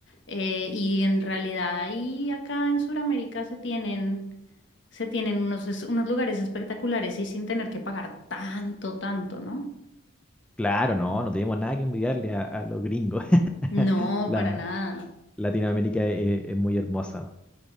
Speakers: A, on the left; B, in the centre.
A: eh, y en realidad ahí acá en Sudamérica se tienen, se tienen unos, es- unos lugares espectaculares y sin tener que pagar tanto, tanto, ¿no?
B: Claro, no, no tenemos nada que envidiarle a, a los gringos. <laughs>
A: No,
B: La,
A: para nada.
B: Latinoamérica es es muy hermosa.